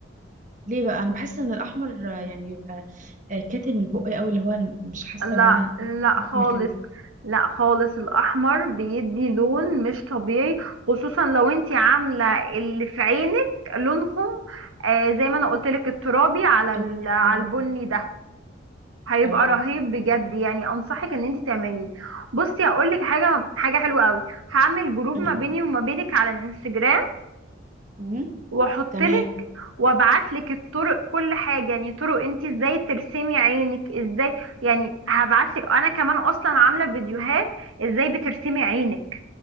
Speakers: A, on the right; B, on the right.
A: ليه بقى انا بحس ان الاحمر آه، يعني بيبقى آه، كاتم البق قوي اللي هو مش حاسه ان
B: لا
A: انا
B: لا
A: واكله
B: خالص
A: كلب
B: لا خالص الاحمر بيدي لون مش طبيعي خصوصا لو انت عامله اللي في عينك لونهم آه، زي ما انا قلت لك الترابي على ال-
A: بداية-
B: على
A: آه.
B: البني ده هيبقى
A: ايوه
B: رهيب بجد يعني انصحك ان انت تعمليه بصي هقولك حاجه حاجه حلوه قوي هعمل جروب
A: امم
B: ما بيني وما بينك على الانستجرام
A: امم
B: واحط
A: تمام
B: لك وابعت لك الطرق كل حاجه يعني طرق انت ازاي ترسمي عينك ازاي يعني هبعت لك انا كمان اصلا عامله فيديوهات ازاي بترسمي عينك